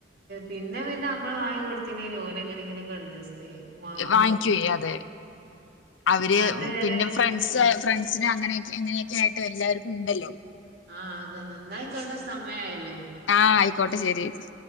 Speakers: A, on the right; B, on the left.
A: പിന്നെ പിന്നെ നമ്മള് വാങ്ങി കൊടുത്തില്ലെങ്കിലും ഓലെങ്ങനെങ്കിലും ഒക്കെ അഡ്ജസ്റ്റ് ചെയ്യും വാങ്ങും
B: വാങ്ങിക്കുവേ അതെ അവര്
A: അതുവരെ
B: പിന്നെ ഫ്രണ്ട്സ്
A: പിടിച്ച്
B: ഫ്രണ്ട്സിന് അങ്ങനെയെക്കെ അങ്ങനെയ ക്കെയായിട്ട് എല്ലാവർക്കുണ്ടല്ലോ
A: ആഹ് അതന്നെ ഇന്നായ്ക്കോട്ടെ സമയയാല്ലോ?
B: ആഹ് ആയിക്കോട്ടെ ശെരിയേച്ചി